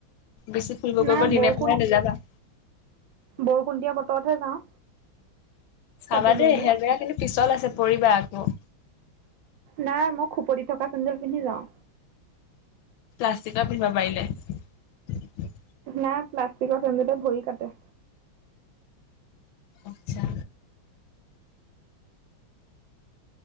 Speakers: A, on the left; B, on the right.
A: বেছি ফুৰিব
B: নাই
A: গৈ প দিনে
B: বৰষুণ
A: পোহৰে নেযাবা।
B: বৰষুণ দিয়া বতৰতহে যাওঁ।
A: চাবা
B: ছাতি লৈ
A: দেই
B: লৈ
A: হেদেৰা কিন্তু পিছল আছে পৰিবা আকৌ।
B: নাই মই খুপতি থকা চেন্দল পিন্ধি যাওঁ।
A: প্লাষ্টিকৰ পিন্ধিবা পাৰিলে।
B: না প্লাষ্টিকৰ চেন্দেলে ভৰি কাটে।
A: আচ্ছা।